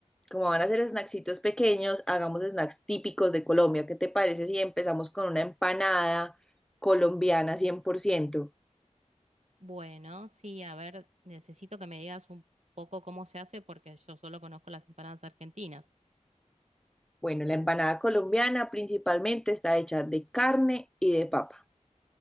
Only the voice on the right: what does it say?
Bueno, sí, a ver, necesito que me digas un poco cómo se hace porque yo solo conozco las empanadas argentinas.